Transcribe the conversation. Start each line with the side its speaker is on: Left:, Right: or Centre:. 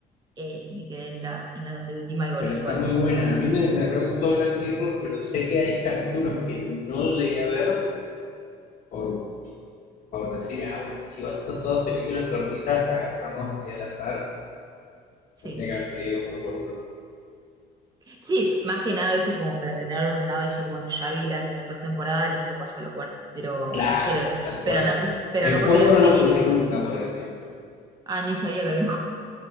Right: Eh, me quedé en la, en la anteúltima y bueno,
Left: pero
Right: después
Left: está muy buena. A mí me, me re gustó Black Mirror, pero sé que hay capítulos que no llegué a ver por, por decir, ah, bueno, si igual son todas películas cortitas, agarramos así al azar.
Right: sí.
Left: Tendría que haber seguido uno por uno.
Right: Sí, más que nada, viste, como para tener ordenado y decir, bueno, ya vi la tercera temporada, listo, paso a la cuarta. Pero,
Left: Claro,
Right: pero,
Left: tal
Right: pero
Left: cual.
Right: no, pero
Left: El
Right: no
Left: juego
Right: porque la
Left: no
Right: serie.
Left: lo jugué nunca, por ejemplo.
Right: Ah, ni sabía que había un